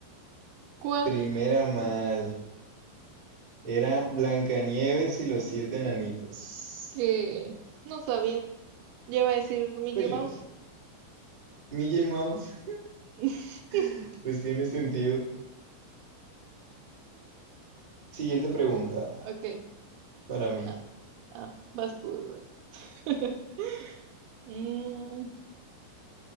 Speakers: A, on the right (about 80°); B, on the right (about 30°).
A: ¿Cuál?
B: primera mal. Era Blancanieves y los siete enanitos.
A: Que no sabía. Ya iba a decir Mickey
B: Pues yo
A: Mouse.
B: sé. Mickey Mouse,
A: <laughs>
B: <laughs> pues tiene sentido. Siguiente pregunta
A: Ok.
B: para mí.
A: Ah, ah, vas tú, Eduardo. <laughs> Mm,